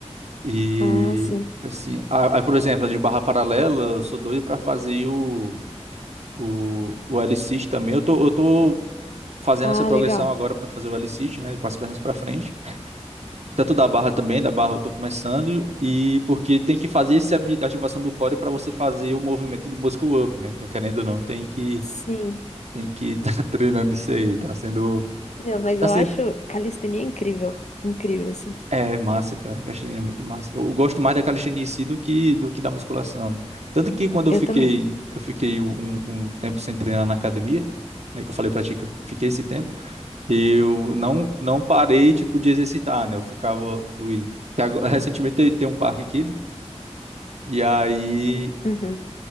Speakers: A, on the right (about 75°); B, on the left (about 85°).
A: E
B: Ah, sim.
A: assim, a, a, por exemplo, a de barra paralela, eu sou doido para fazer o O, o L-Sit também. Eu tô, eu tô fazendo
B: Ah,
A: essa progressão
B: legal.
A: agora para fazer o L-Sit, né? Com as pernas para frente. Tanto da barra também, da barra eu tô começando. E porque tem que fazer essa abi- ativação do core para você fazer o movimento do muscle up, né? Então, querendo ou não, tem que
B: Sim.
A: tem que <laughs> estar treinando isso aí. Tá sendo,
B: Meu, mas
A: tá
B: eu
A: sendo
B: acho calistenia incrível. Incrível, assim.
A: é massa, cara. Calistenia é muito massa. Eu gosto mais da calistenia em si do que do que da musculação. né? Tanto que quando eu
B: Eu
A: fiquei
B: também.
A: eu fiquei um, um tempo sem treinar na academia, né? Que eu falei pra ti que eu fiquei esse tempo. eu não não parei tipo de exercitar, né? Eu ficava fui que agora- <laughs> recentemente tem, tem um parque aqui, né? E aí
B: Uhum.